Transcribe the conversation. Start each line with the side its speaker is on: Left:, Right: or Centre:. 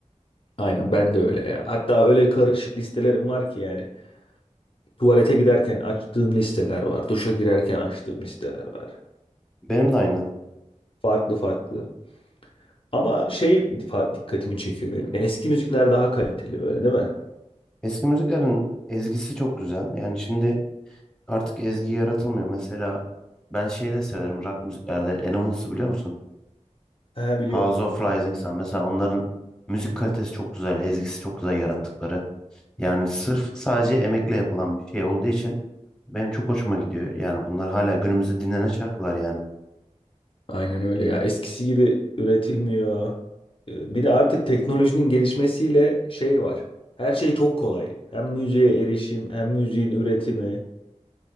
Left: aynen ben de öyle ya. Hatta öyle karışık listelerim var ki yani. Tuvalete giderken açtığım listeler var. Duşa girerken açtığım listeler var.
Centre: Benim de aynı.
Left: Farklı farklı. Ama şey fa- dikkatimi çekiyor benim. Eski müzikler daha kaliteli böyle değil mi?
Centre: Eski müziklerin ezgisi çok güzel. Yani şimdi artık ezgi yaratılmıyor. Mesela ben şeyi de severim rock müziklerde. Animals'ı biliyor musun?
Left: Ha biliyorum.
Centre: House of Rising Sun. Mesela onların müzik kalitesi çok güzel. Ezgisi çok güzel yarattıkları. Yani sırf sadece emekle yapılan bir şey olduğu için benim çok hoşuma gidiyor. Yani bunlar hala günümüzde dinlenen şarkılar yani.
Left: Aynen öyle ya. Eskisi gibi üretilmiyor. Ee, Bir de artık teknolojinin gelişmesiyle şey var. Her şey çok kolay. Hem müziğe erişim, hem müziğin üretimi.